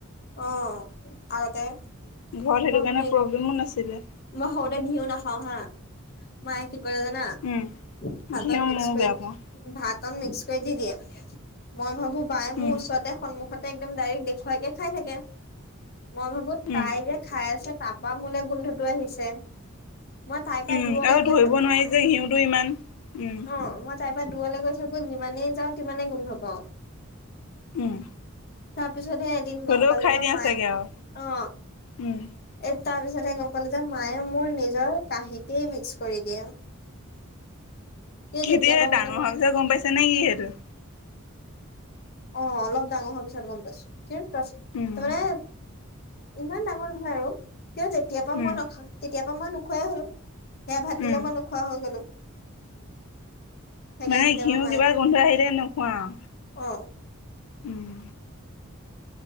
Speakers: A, on the left; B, on the left.
A: অ। আগতে
B: ঘৰত সেইটো
A: মই
B: কাৰণে
A: ঘি
B: প্ৰব্লেমো নাছিলে।
A: মই সৰুতে ঘিও নাখাওঁ হা। মায়ে কি কৰে জানা!
B: উম,
A: ভাতত
B: ঘিউ
A: মিক্স
B: ময়ো
A: কৰি
B: বেয়া পাওঁ।
A: ভাতত মিক্স কৰি দি দিয়ে। মই ভাবো বায়ে মোৰ
B: উম,
A: ওচৰতে সন্মুখত সতে একদম ডাইৰেক্ট দেখুৱাইকে খাই থাকে। মই ভাবো তাই
B: উম,
A: যে, খাই আছে তাৰপৰা মোলে গোন্ধটো আহিছে। মই তাইৰ পৰা
B: উম,
A: দূৰলে
B: আৰু
A: গৈ
B: ধৰিব
A: থাকো।
B: নোৱাৰি
A: অ
B: যে ঘিউটো ইমান। উম,
A: মই তাইৰ পৰা দূৰলৈ গৈ থাকো যিমানেই যাওঁ সিমানে গোন্ধ পাওঁ।
B: উম।
A: তাৰ পিছতহে এদিন
B: হ'লেও
A: গম পালো
B: খাই
A: যে
B: দিয়া
A: মায়ে
B: চাগে
A: মোক
B: আৰু।
A: অ।
B: উম।
A: এই তাৰ পিছতেহ গম পালো যে মায়ে মোৰ নিজৰ কাহিতেই মিক্স কৰি দিয়ে। সেই
B: কি
A: তেতিয়াৰ
B: দিয়ে
A: পৰা
B: ডাঙৰ
A: মানে
B: হোৱাৰ
A: মই
B: পিচত গম পাইছানে কি সেইটো?
A: অ অলপ ডাঙৰ হোৱাৰ পিছত গম পাইছো। কি তাৰ
B: উম,
A: মানে, ইমান ডাঙৰ নহয় আৰু। তেতিয়াৰ পৰা
B: উম,
A: মই নখ তেতিয়াৰ পৰা মই নোখোৱাই হ'লো। সেয়া ভাত দিলে
B: উম।
A: মই নোখোৱা হৈ গলো। সেইকাৰণে
B: মানে
A: তেতিয়াবা
B: ঘিউ
A: মায়ে
B: কিবা গোন্ধ আহিলে নোখোৱা আৰু?
A: অ।
B: উম